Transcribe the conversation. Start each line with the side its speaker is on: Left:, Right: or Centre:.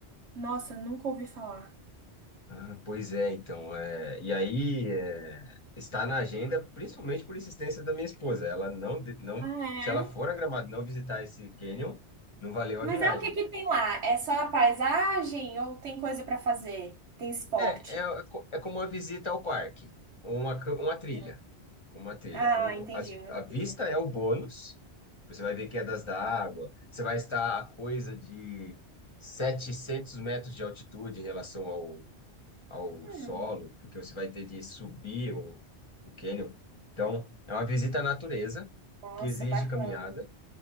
Right: Nossa, nunca ouvi falar.
Left: Ah, pois é, então. é, e aí é, está na agenda, principalmente por insistência da minha esposa. Ela não, de- não,
Right: Ah, é?
Left: se ela for a Gramado e não visitar esse canyon, não valeu
Right: Mas
Left: a viagem.
Right: é o que que tem lá? É só a paisagem ou tem coisa pra fazer? Tem esporte?
Left: É, é, é co- é como uma visita ao parque, ou uma, ca- uma trilha.
Right: Não.
Left: com uma trilha.
Right: Ah,
Left: O,
Right: entendi,
Left: as-
Right: uma
Left: a
Right: trilha.
Left: vista é o bônus. Você vai ver quedas d'água. Você vai estar a coisa de 700 metros de altitude em relação ao, ao
Right: Hum,
Left: solo, porque você vai ter de subir o, o cânion. Então, é uma visita à natureza
Right: nossa,
Left: que exige
Right: bacana.
Left: caminhada.